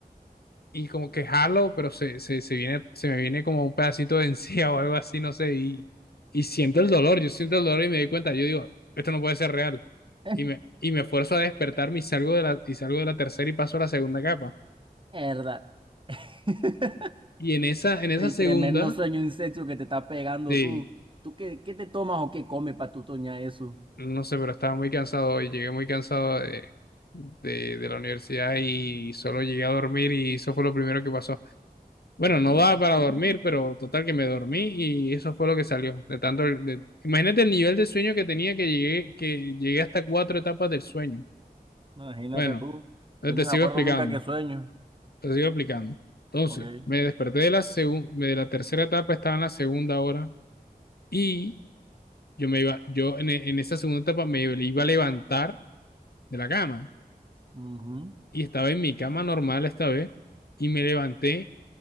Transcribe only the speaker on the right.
<laughs>
¿Verdad? <laughs>
Y
tremendo sueño insecto que te está pegando
tú. ¿Tú qué, qué te tomas o qué comes para tú soñar eso?
¿Verdad?
Imagínate
tú.
Yo ni me
acuerdo
nunca qué sueño.
Ok.
Ujú.